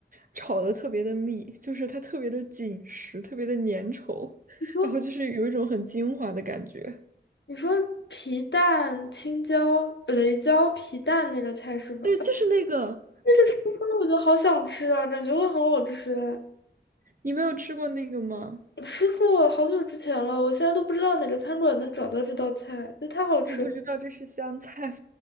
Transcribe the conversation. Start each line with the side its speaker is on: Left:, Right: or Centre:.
Right: 炒的特别的密，就是它特别的紧实，特别的粘稠，
Left: 你说。
Right: 然后就是有一种很精华的感觉。
Left: 你说皮蛋、青椒、雷椒皮蛋那个菜是吧？
Right: 就是那个，
Left: 啊那个吃法我觉得好想吃啊，感觉会很好吃。
Right: 你没有吃过那个吗？
Left: 我吃过好久之前了，我现在都不知道哪个餐馆能找到这道菜，那太好吃了。
Right: 你不知道这是香菜吗？